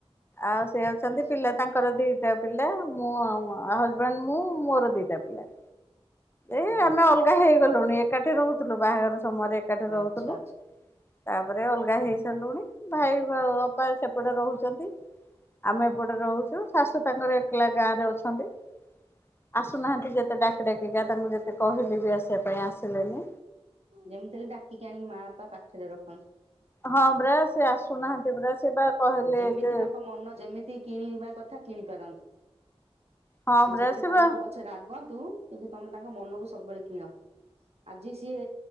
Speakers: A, on the left; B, on the right.
A: ଆଉ ସେ ଅଛନ୍ତି
B: ଆଛା
A: ପିଲା ତାଙ୍କର ଦିଟା ପିଲା ମୁଁ ଆଉ ହଜବେଣ୍ଡ ମୁଁ ମୋର ଦିଟା ପିଲା। ଏଇ
B: ଆଛା
A: ଆମେ ଅଲଗା ହେଇଗଲୁଣି ଏକାଠି ରହୁଥିଲୁ ବାହାଘର ସମୟରେ ଏକାଠି ରହୁଥିଲୁ।
B: ଆଚ୍ଛା ଆଚ୍ଛା
A: ତାପରେ ଅଲଗା ହେଇସାରିଲୁଣି ଭାଇ ଅପା ସେପଟେ ରହୁଚନ୍ତି। ଆମେ ଏପଟେ ରହୁଛୁ ଶାଶୁ ତାଙ୍କର ଏକଲା ଗାଁରେ ଅଛନ୍ତି। ଆସୁନାହାନ୍ତି
B: ଆଚ୍ଛା
A: ଯେତେ ଡାକି ଡାକିକା ତାଙ୍କୁ ଯେତେ କହିଲିବି ଆସିବା ପାଇଁ ଆସିଲେନି।
B: ଯେମିତି ହେଲେ ଡାକିକି ଆଣିକି ମା ବାପା ପାଖରେ ରଖନ୍ତୁ।
A: ହଁ ପରା ସେ ଆସୁନାହାନ୍ତି ପରା ସେ ବା କହିଲେ
B: ଯେମିତି
A: ଯେ
B: ତାଙ୍କ ମନ ଯେମିତି କିଣିବା କଥା କିଣି ପାରନ୍ତୁ।
A: ହଁ
B: ସେ
A: ପରା
B: ଯେତେ ତମକୁ
A: ବା
B: ପଛେ ରାଗନ୍ତୁ କିନ୍ତୁ ତମେ ତାଙ୍କ ମନକୁ ସବୁବେଳେ କିଣ। ଆଜି ସିଏ